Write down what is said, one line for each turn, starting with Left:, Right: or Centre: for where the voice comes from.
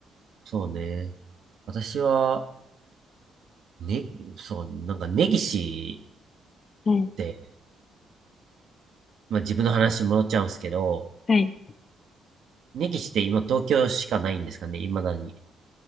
Right: そうね。私は、ね、そう、なんか、根岸
Left: はい。
Right: って、まあ、自分の話に戻っちゃうんですけど、
Left: はい。
Right: 根岸って今東京しかないんですかね、未だに。